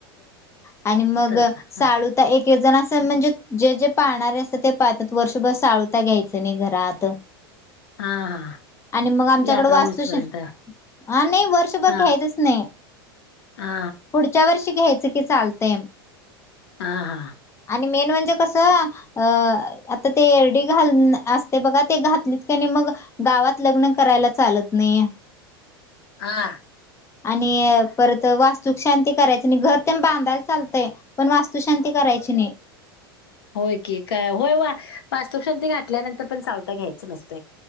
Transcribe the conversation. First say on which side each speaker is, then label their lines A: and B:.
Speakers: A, on the left (about 20°); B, on the left (about 75°).
A: आणि मग
B: तस हा
A: साळूता एक ते जण अस, म्हणजे जे जे पाहणारे असतात ते पाहतात. वर्षभर साळूता घ्यायचं नाही घर आता.
B: हा हा.
A: आणि मग आमच्याकड
B: यात्रा
A: वास्तु,
B: होईसपर्यंत हा
A: हा नाही वर्षभर
B: हा
A: घ्यायचच नाही
B: हा
A: पुढच्या वर्षी घ्यायचं की चालते.
B: हा हा
A: आणि मेन म्हणजे कस, आता ते एरडी घाल असते बघा ते घात मग गावात लग्न करायला चालत नाही.
B: हा
A: आणि परत वास्तू शांती करायचं नाही. घर ते बांधायला चालतंय पण वास्तू शांती कराय करायची नाही.
B: होय की का होय होय वा पास्तुक्षांती घाठल्यानंतर पण चालता घ्यायचं नसत.